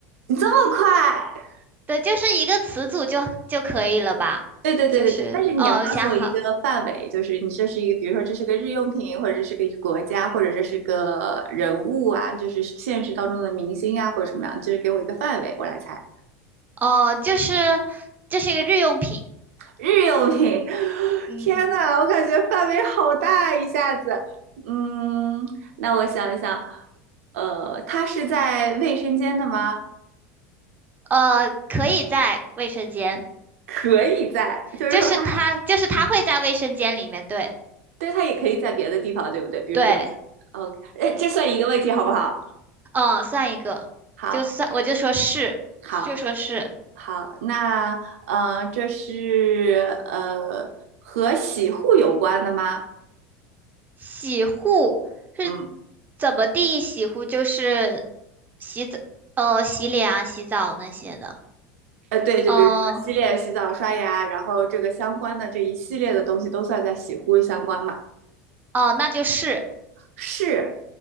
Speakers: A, on the right; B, on the right.
A: 你这么快？
B: 对，就是一个词组就就可以了吧？
A: 对对对对对，
B: 就是，
A: 但是你要告诉我一个范围，
B: 哦，我想好，
A: 就是你这是一个，比如说这是个日用品，或者这是个国家，或者这是个人物啊，就是现实当中的明星啊，或者什么样，就是给我一个范围，我来猜。
B: 哦，就是这是一个日用品，
A: 日用品，<laughs> <sucks teeth>
B: 嗯，
A: 天呐，我感觉范围好大，一下子。嗯，那我想一想，呃，它是在卫生间的吗？
B: 呃，可以在卫生间，
A: 可以在，就是说它，
B: 就是它，就是它会在卫生间里面，对，
A: <laughs> 对，它也可以在别的地方，对不对？比如说
B: 对，
A: ，OK，哎，这算一个问题，好不好？
B: 嗯，算一个，
A: 好，
B: 就算，我就说是，
A: 好。
B: 就说是。
A: 好，那呃，这是呃和洗护有关的吗？
B: 洗护是
A: 嗯，
B: 怎么定义洗护？就是洗澡，呃，洗脸啊、洗澡那些的。
A: 呃，对，就比如说洗脸、
B: 嗯，
A: 洗澡、刷牙，然后这个相关的这一系列的东西都算在洗护相关嘛？
B: 哦，那就是，
A: 是，